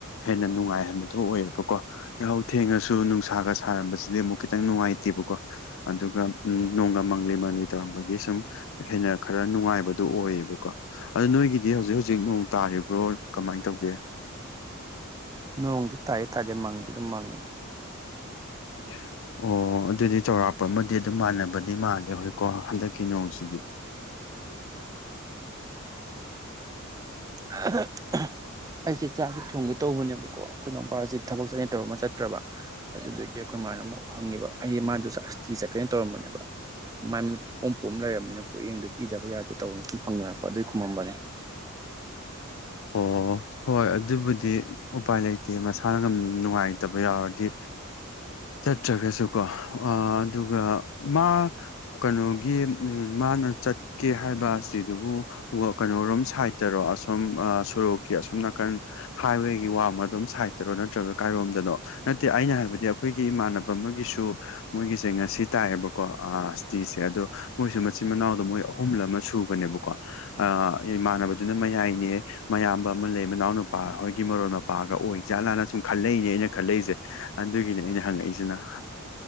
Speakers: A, on the left; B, on the right.
A: ꯍꯦꯟꯅ ꯅꯨꯡꯉꯥꯏꯍꯟꯕꯗꯨ ꯑꯣꯏꯌꯦꯕꯀꯣ ꯌꯥꯍꯧ ꯊꯦꯡꯉꯁꯨ ꯅꯨꯡꯁꯥꯒ ꯁꯥꯔꯝꯕꯁꯤꯗꯤ ꯑꯃꯨꯛ ꯈꯤꯇꯪ ꯅꯨꯡꯉꯥꯏꯇꯦꯕꯀꯣ ꯑꯗꯨꯒ ꯎꯝ ꯅꯣꯡꯒ ꯃꯪꯂꯤ ꯃꯪꯂꯤ ꯇꯧꯔꯝꯕꯒꯤ ꯁꯨꯝ ꯍꯦꯟꯅ ꯈꯔ ꯅꯨꯡꯉꯥꯏꯕꯗꯨ ꯑꯣꯏꯌꯦꯕ ꯀꯣ ꯑꯗꯨ ꯅꯣꯏꯒꯤꯗꯤ ꯍꯧꯖꯤꯛ ꯍꯧꯖꯤꯛ ꯅꯣꯡ ꯇꯥꯔꯤꯕ꯭ꯔꯣ ꯀꯃꯥꯏꯟ ꯇꯧꯒꯦ
B: ꯅꯣꯡꯗꯤ ꯇꯥꯌꯦ ꯇꯥꯗꯦ ꯃꯪꯗꯤ ꯑꯗꯨꯝ ꯃꯪꯉꯤ
A: <unintelligible> ꯑꯣ ꯑꯗꯨꯗꯤ ꯆꯥꯎꯧꯔꯥꯛꯄ ꯑꯃꯗꯤ ꯑꯗꯨꯝ ꯃꯥꯟꯅꯕꯗꯤ ꯃꯥꯜꯂꯦ ꯍꯣꯏꯀꯣ ꯍꯟꯗꯛꯀꯤ ꯅꯣꯡꯁꯤꯗꯤ
B: <unintelligible> ꯑꯩꯁꯦ ꯆꯥꯛꯁꯤ ꯊꯣꯡꯒꯦ ꯇꯧꯕꯅꯦꯕꯀꯣ ꯑꯩꯈꯣꯏ ꯅꯎꯄꯥꯁꯦ ꯊꯕꯛ ꯆꯠꯅ ꯇꯧꯔ ꯑꯃ ꯆꯠꯇ꯭ꯔꯕ ꯑꯗꯨꯗꯒꯤ ꯑꯩꯈꯣꯏ ꯃꯥꯅ ꯑꯃꯨꯛ ꯍꯪꯉꯤꯕ ꯑꯩꯁ ꯃꯥꯗꯨꯁꯨ ꯑꯁꯇꯤ ꯆꯠꯀꯦꯅ ꯇꯧꯔꯝꯕꯅꯦꯕ ꯃꯥꯏ ꯃꯤꯠ ꯏꯄꯣꯝ ꯄꯣꯝ ꯂꯩꯔꯝꯅꯤꯅ ꯄꯨꯛꯌꯦꯡꯗꯨ ꯄꯤꯗꯕ ꯌꯥꯗꯦ ꯇꯧꯕꯅ ꯁꯨꯝ ꯍꯪꯅꯔꯛꯄ ꯑꯗꯨꯏ ꯈꯨꯝꯃꯝꯕꯅꯦ
A: ꯑꯣ ꯍꯣꯏ ꯑꯗꯨꯕꯨꯗꯤ ꯎꯄꯥꯏ ꯂꯩꯇꯦ ꯃꯁꯥꯅ ꯅꯨꯡꯉꯥꯏꯇꯕ ꯌꯥꯎꯔꯗꯤ ꯆꯠꯇ꯭ꯔꯒꯁꯨ ꯀꯣ ꯑꯥ ꯑꯗꯨꯒ ꯃꯥ ꯀꯩꯅꯣꯒꯤ ꯃꯥꯅ ꯆꯠꯀꯦ ꯍꯥꯏꯕ ꯑꯁꯇ꯭ꯔꯤꯗꯨꯕꯨ ꯋꯥ ꯀꯩꯅꯣꯔꯨꯝ ꯁꯥꯏꯠꯇꯔꯣ ꯑꯁꯨꯝ ꯑꯥ ꯁꯣꯔꯣꯛꯀꯤ ꯑꯁꯨꯝ ꯅꯥꯀꯟ ꯍꯥꯏꯋꯦꯒꯤ ꯋꯥꯡꯃ ꯑꯗꯨꯝ ꯁꯥꯏꯗꯠꯇꯔꯣ ꯅꯠꯇ꯭ꯔꯒ ꯀꯥꯏꯔꯣꯝꯗꯅꯣ ꯅꯠꯇꯦ ꯑꯩꯅ ꯍꯥꯏꯕꯗꯤ ꯑꯈꯣꯏꯒꯤ ꯏꯃꯥꯟꯅꯕ ꯑꯃꯒꯤꯁꯨ ꯃꯣꯏꯒꯤꯁꯦ ꯉꯁꯤ ꯇꯥꯏꯌꯦꯕꯀꯣ ꯑ ꯏꯁꯇꯤꯁꯦ ꯑꯗꯨ ꯃꯣꯏꯁꯨ ꯃꯆꯤꯟ ꯃꯅꯥꯎꯗꯣ ꯃꯣꯏ ꯑꯍꯨꯝꯂ ꯑꯃ ꯁꯨꯕꯅꯦꯕꯀꯣ ꯑꯥ ꯏꯃꯥꯟꯅꯕꯗꯨꯅ ꯃꯌꯥꯏꯅꯦ ꯃꯌꯥꯝꯕ ꯑꯃ ꯂꯩ ꯃꯅꯥꯎꯅꯨꯄꯥ ꯍꯣꯏꯒꯤ ꯃꯔꯣꯏ ꯃꯄꯥꯒ ꯑꯣꯏ ꯖꯥꯠꯂꯥꯅ ꯁꯨꯝ ꯈꯜꯂꯛꯏꯅꯦ ꯑꯩꯅ ꯈꯜꯂꯛꯏꯁꯦ ꯑꯗꯨꯒꯤꯅꯦ ꯑꯩꯅ ꯍꯪꯉꯛꯏꯁꯤꯅ